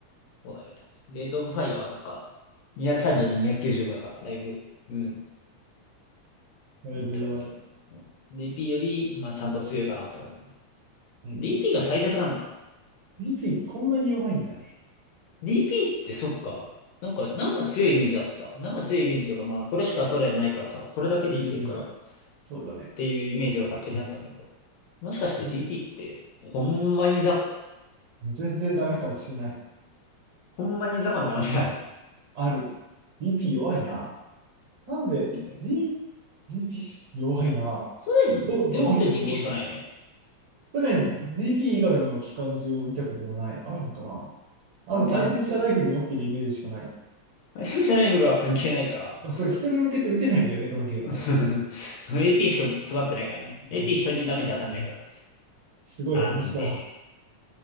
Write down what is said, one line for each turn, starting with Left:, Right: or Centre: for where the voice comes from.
Left: そうだねって感じ。レートオブファイヤーはなんか、230と295だから、だいぶ、うん、
Right: だいぶ弱い。
Left: うんって感じだな。
Right: う
Left: うん DP より、まあ、ちゃんと強いかなって感じ。
Right: んうん。
Left: DP が最弱なんだ。
Right: DP こんなに弱いんだね。
Left: DP ってそっか。なんか、なんか強いイメージあった。なんか強いイメージというか、まあ、これしかソ連ないからさ、これだけで生きてるからっ
Right: うんうん。そうだね。
Left: ていうイメージが勝手にあったんだけど。もしかして
Right: なんか、
Left: DP って、ほんまに雑魚。
Right: 全然ダメかもしれない。
Left: ほんまに雑魚の可能性ある。
Right: ある。DP 弱いな。なんで、
Left: うん
Right: D、DP 弱いな。
Left: ソ連って本当に
Right: どう、どう見ても弱い。
Left: DP しかないよね。
Right: 去年 DP 以外の機関銃を見たことがない。あるのかなあと対戦車ライフル持ってるイメージしかない。
Left: ソ連って、ライセンシャライフルは関係ないから、
Right: でもこれ人に向けて撃てないんだよね、このゲーム確か。
Left: <laughs> その AP しか詰まってないからね。AP
Right: うん
Left: 人にダメージ当たんないから。
Right: すごい話だ。
Left: なんで。